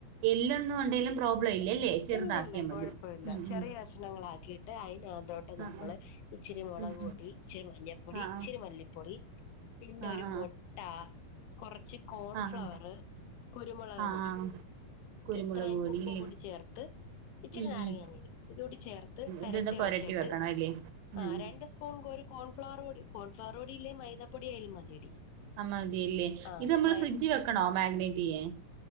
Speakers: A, on the right; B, on the left.
A: എല്ലന്നും ഉണ്ടേലും പ്രോബ്ലം ഇല്ലല്ലേ. ചെറുതാക്കിയാൽ
B: ഇല്ല ഇല്ല കൊഴപ്പ
A: മതി
B: ഇല്ല
A: ഉം
B: ചെറിയ
A: ഉം
B: കഷ്ണങ്ങളാക്കിയിട്ട് അയിനകത്തോട്ട് നമ്മള്
A: ആഹ് ആഹ്
B: ഇച്ചിരി മൊളക്
A: ഉം ഉം
B: പൊടി ഇച്ചിരി മഞ്ഞപ്പൊടി
A: ആഹ്
B: ഇച്ചിരി മല്ലിപ്പൊടി പിന്നെ
A: ആഹ് ആഹ്
B: ഒരു
A: ആഹ്
B: മൊ മുട്ട കൊറച്ച് കോൺഫ്ലവറ്
A: ആഹ് ആഹ്
B: കുരുമുളക്
A: ആഹ്
B: പൊടി
A: ആഹ് കുരുമുളക്
B: ഇത്രയും
A: പൊടി
B: ഉപ്പും
A: ഇല്ലേ
B: കൂടി ചേർ ഇച്ചിരി
A: ഉം
B: നാരങ്ങനീരും
A: ഉം
B: ഇതൂടി ചേർത്ത് പെരട്ടി
A: ഇതൊന്ന് പൊരട്ടി
B: വെച്ചിട്ട്
A: വെക്കണം അല്ലേ ഉം
B: ആഹ് ര ണ്ട് സ്പൂൺ ഒരു കോൺഫ്ളവർ പൊടി കോൺഫ്ളവർ പൊടിയില്ലേൽ മൈദ പൊടിയായാലും മതിയടി.
A: ആഹ് മതിയല്ലേ
B: ആഹ്
A: ഇത് നമ്മള്
B: മൈ
A: ഫ്രിഡ്ജ് വെക്കണോ മാഗ്നേറ്റ് ചെയ്യാൻ.